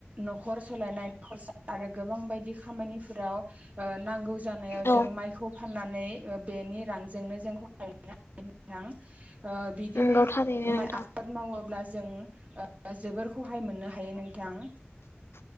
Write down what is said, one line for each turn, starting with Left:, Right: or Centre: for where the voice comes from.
Right: न'खर सोलायनाय खरसा आरो गोबां बायदि खामानिफोराव ओ, नांगौ जानायाव
Left: औ
Right: जों माइखौ फाननानै ओ बेनि रांजोंनो खहाय मोननो हायो नोथां। ओ बिदिनो,
Left: नंगौ थारैनो
Right: माय
Left: नोंथां
Right: <inaudible> 'मावोब्ला जों ओ जोबोर सहाय मोननो हायो नोंथां'।